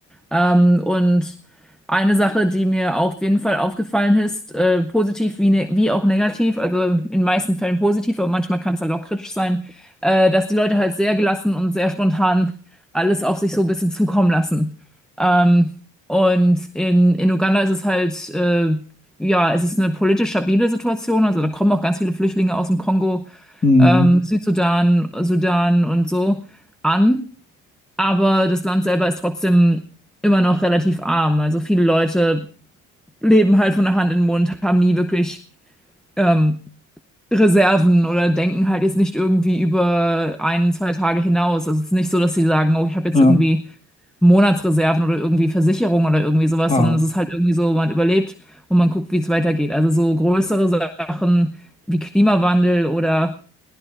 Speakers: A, in the centre; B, on the left.
A: Ähm, und eine Sache, die mir auch auf jeden Fall aufgefallen ist, äh, positiv wie, ne wie auch negativ, also in den meisten Fällen positiv, aber manchmal kann es halt auch kritisch sein, äh, dass die Leute halt sehr gelassen und sehr spontan alles auf sich so ein bisschen zukommen lassen. Ähm, und in, in Uganda ist es halt, äh, ja, es ist eine politisch stabile Situation, also da kommen auch ganz viele Flüchtlinge aus dem Kongo,
B: Hm,
A: ähm, Südsudan, Sudan und so an. Aber das Land selber ist trotzdem immer noch relativ arm. Also viele Leute leben halt von der Hand in den Mund, haben nie wirklich ähm, Reserven oder denken halt jetzt nicht irgendwie über ein, zwei Tage hinaus. Also es ist nicht so, dass sie sagen, oh, ich habe jetzt
B: ja,
A: irgendwie Monatsreserven oder irgendwie Versicherung oder irgendwie sowas,
B: ah.
A: sondern es ist halt irgendwie so, man überlebt und man guckt, wie es weitergeht. Also so größere Sachen wie Klimawandel oder